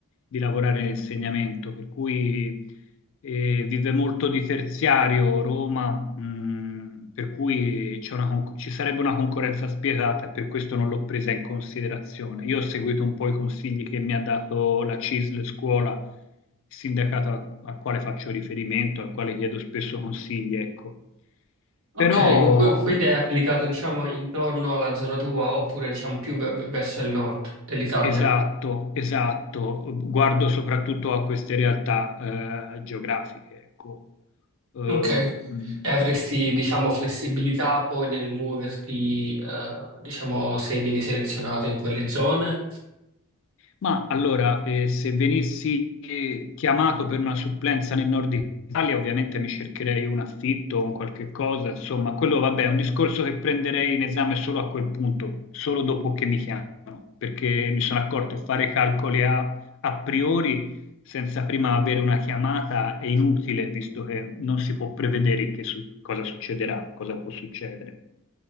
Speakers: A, on the left; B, on the right.
A: di lavorare nell'insegnamento, per cui eh, vive molto di terziario Roma, mh, per cui c'è una con- ci sarebbe una concorrenza spietata, e per questo non l'ho presa in considerazione. Io ho seguito un po' i consigli che mi ha dato la CISL scuola sindacato al, al quale faccio riferimento, al quale chiedo spesso consigli, ecco. Però,
B: Ok, co- que- quindi hai
A: co-
B: applicato diciamo intorno alla zona tua oppure diciamo più ve- ve- verso il nord dell'Italia.
A: esatto, esatto, guardo soprattutto a queste realtà eh, geografiche, ecco. Eh,
B: Ok,
A: mh,
B: e avresti diciamo flessibilità poi nel muoverti eh, diciamo se vieni selezionato in quelle zone?
A: Ma allora, eh, se venissi eh, chiamato per una supplenza nel nord Italia, ovviamente mi cercherei un affitto, un qualche cosa, insomma, quello vabbè, è un discorso che prenderei in esame solo a quel punto, solo dopo che mi chiamano, perché mi sono accorto che fare calcoli a, a priori senza prima avere una chiamata è inutile, visto che non si può prevedere che su- cosa succederà, cosa può succedere.